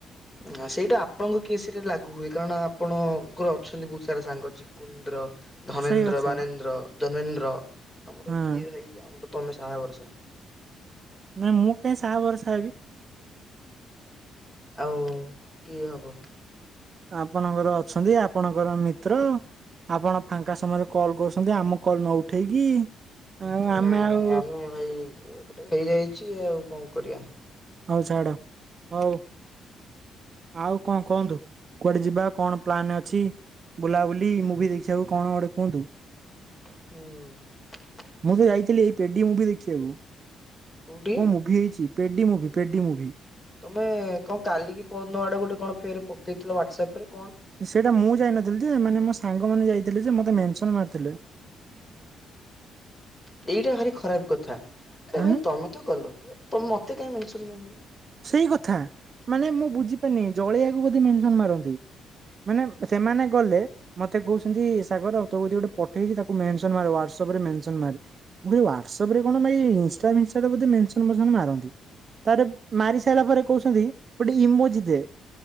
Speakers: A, on the left (about 20°); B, on the right (about 45°).
A: ନା ସେଇଟା ଆପଣଙ୍କୁ କେସ୍ ରେ ଲାଗୁ ହୁଏ କାରଣ ଆପ ଆପଣଙ୍କର ଅଛନ୍ତି ବହୁତ ସାରା ସାଙ୍ଗ ଚିକୁନ୍ଦ୍ର ଧନେନ୍ଦ୍ର
B: ସେଇ କଥା
A: ବାନେନ୍ଦ୍ର। ଧର୍ମେନ୍ଦ୍ର ଆମର
B: ହଁ।
A: କିଏ ହେଇ ଆମର ତମେ ସାହାଭରସା।
B: ନା ମୁଁ କାହିଁ ସାହାଭାରସା ହେବି?
A: ହଉ କିଏ ହବ?
B: ଆପଣଙ୍କର ଅଛନ୍ତି ଆପଣଙ୍କର ମିତ୍ର। ଆପଣ ଫାଙ୍କା ସମୟରେ କଲ୍ କରୁଛନ୍ତି ଆମ କଲ୍ ନ ଉଠେଇକି! ଆଉ ଆମେ
A: ନାଇଁ
B: ଆଉ
A: ନାଇଁ ଆମେ ଭାଇ <unintelligible> ଗୋଟେ ହେଇଯାଇଛି ଆଉ କଣ କରିବା।
B: ହଉ ଛାଡ଼, ହଉ। ଆଉ କଣ କହନ୍ତୁ କୁଆଡେ ଯିବା? କଣ ପ୍ଲାନ ଅଛି? ବୁଲାବୁଲି ମୁଭି ଦେଖିକୁୁ କଣ ଗୋଟେ କୁହନ୍ତୁ?
A: ହୁଁ।
B: ମୁଁ ତ ଯାଇଥିଲି ଏଇ ପେଡି ମୁଭି ଦେଖିବାକୁ
A: କୋଉଠି
B: କଣ ମୁଭି ହେଇଛି! ପେଡି ମୁଭି। ପେଡ଼ି ମୁଭି।
A: ତମେ କଣ କାଲିକି ପଦିନ ଆଡେ ଗୋଟେ କଣ ଫେର ପକେଇଥିଲ ହ୍ୱାଟସପ୍ ରେ?
B: ସେଇଟା ମୁଁ ଯାଇନଥିଲି ଯେ, ମାନେ ମୋ ସାଙ୍ଗ ମାନେ ଯାଇଥିଲେି ଯେ ମତେ ମେନ୍ସନ ମାରିଥିଲେ।
A: ଓଃ ଏଇଟା ଭାରି ଖରାପ କଥା ଆରେ
B: ମାନେ
A: ଭାଇ ତମେ ତ ଗଲ ତ ମତେ କାଇଁ ମେନସନ୍ ମାରିଲ?
B: ସେଇ କଥା ମାନେ ମୁଁ ବୁଝିପାରିନି ଜଳେଇବାକୁ ବୋଧେ ମେସନ ମାରନ୍ତି! ମାନେ ସେମାନେ ଗଲେ ମତେ କହୁଛନ୍ତି, ସାଗର ଆଉ ତୋ କତିକି ଗୋଟେ ପଠେଇଚି ତାକୁ ମେନସନ୍ ମାରେ ହୁୱାଟ୍ସ୍ ହୁୱାଟ୍ସପ୍ ରେ ମେନସନ୍ ମାର୍। ମୁଁ କହିଲି ହୁୱାଟ୍ସପ୍ ରେ କଣ ଭାଈ ଇନଷଟା ମିନଷ୍ଟା ରେ ବୋଧେ ମେନସନ୍ ଫେନ୍ସନ୍ ମାରନ୍ତି। ତା ପରେ ମାରି ସାରିଲା ପରେ କହୁଛନ୍ତି ଗୋଟେ ଇମୋଜି ଦେ।